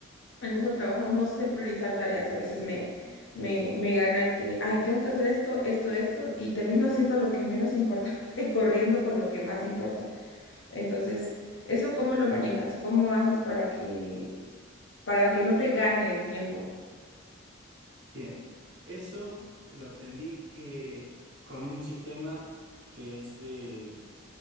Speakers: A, on the left; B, on the right.
A: el mismo trabajo, no sé priorizar tareas. A veces me, me, me gana el que, ay, tengo que hacer esto, esto, esto, y termino haciendo lo que menos importa <laughs> y corriendo con lo que más importa. Entonces, ¿eso cómo lo manejas? ¿Cómo haces para que, para que no te gane el tiempo?
B: Bien, eso lo aprendí que con un sistema que es de,